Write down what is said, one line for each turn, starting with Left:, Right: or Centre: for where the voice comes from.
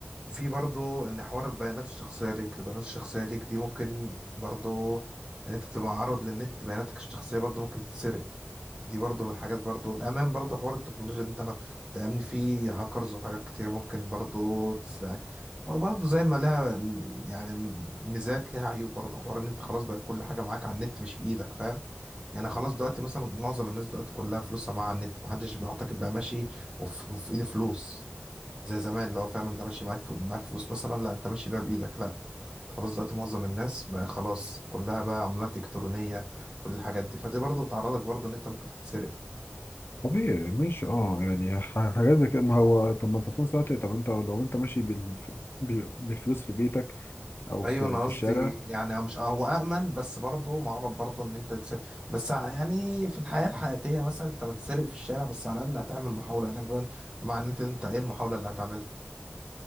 Right: في برضو ان حوار البيانات الشخصيه ليك البيانات الشخصيه ليك دي ممكن برضو ان انت تبقى معرض للنت بياناتك الشخصيه برضو ممكن تتسرق دي برضو من الحاجات برضو الأمان برضو حوار التكنولوجيا إن أنت ما- تأمن فيه هاكرز وحاجات كتير ممكن برضو تسرقك هو برضو زي ما لها م- يعني ميزات لها عيوب برضو حوار إن أنت خلاص بقت كل حاجة معاك على النت مش في إيدك فاهم يعني خلاص دلوقتي مثلا معظم الناس دلوقتي كلها فلوسها معاها على النت محدش بيعتقد بقى ماشي وف- وفي إيده فلوس زي زمان اللي هو فاهم انت ماشي معاك فل- معاك فلوس مثلا لا انت ماشي بيها بايدك لا انت خلاص دلوقتي معظم الناس بقى خلاص كلها بقى عملات الكترونيه كل الحاجات دي فدي برضه بتعرضك برضه ان انت ممكن تتسرق
Left: طبيعي مش اه يعني ح- حاجات زي كده ما هو طب ما انت في نفس الوقت طب انت لو انت ماشي بال... بال- بالفلوس في بيتك او
Right: ايوه
Left: في
Right: انا
Left: في
Right: قصدي
Left: الشارع
Right: يعني مش اه هو امن بس برضه معرض برضه ان انت تتسرق بس ع- يعني في الحياه الحياتيه مثلا انت بتسرق في الشارع بس على الاقل هتعمل محاوله انك بقى مع ان انت انت ايه المحاوله اللي هتعملها